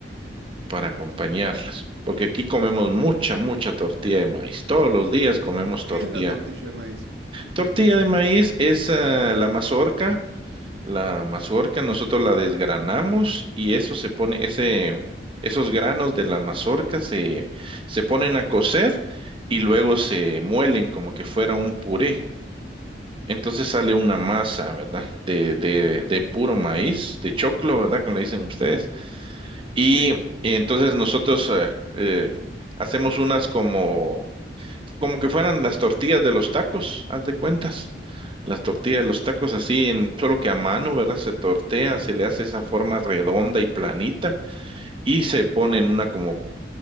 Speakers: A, on the right; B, on the right.
A: Para acompañarlas, porque aquí comemos mucha, mucha tortilla de maíz, todos los días comemos tortilla.
B: ¿Qué es la tortilla de maíz?
A: Tortilla de maíz es ah, la mazorca. La mazorca nosotros la desgranamos y eso se pone, ese, esos granos de la mazorca se, se ponen a cocer y luego se muelen como que fuera un puré. Entonces sale una masa, ¿verdad? De, de, de puro maíz, de choclo, ¿verdad? Como le dicen ustedes. Y,
B: Sí.
A: y entonces nosotros eh, eh, hacemos unas como como que fueran las tortillas de los tacos, haz de cuentas. Las tortillas de los tacos así, en, solo que a mano, ¿verdad? Se tortea, se le hace esa forma redonda y planita y se pone en una como,